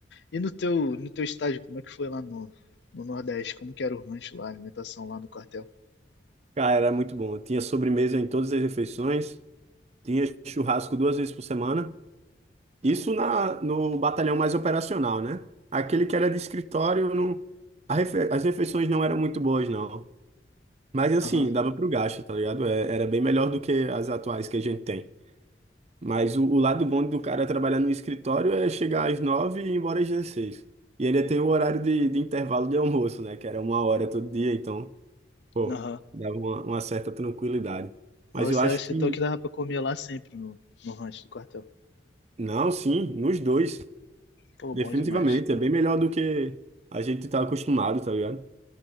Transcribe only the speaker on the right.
Cara, era muito bom. Tinha sobremesa em todas as refeições. Tinha churrasco duas vezes por semana. Isso na, no batalhão mais operacional, né? Aquele que era de escritório, não, a refe- as refeições não eram muito boas, não. Mas assim,
dava pro gasto, tá ligado? É- era bem melhor do que as atuais que a gente tem. Mas o, o lado bom do cara trabalhar no escritório é chegar às nove e ir embora às 16. E ainda tem o horário de, de intervalo de almoço, né? Que era uma hora todo dia, então, pô,
dava uma, uma certa tranquilidade. Mas
eu
acho
que,
não, sim, nos dois,
definitivamente.
É bem melhor do que a gente tá acostumado, tá ligado?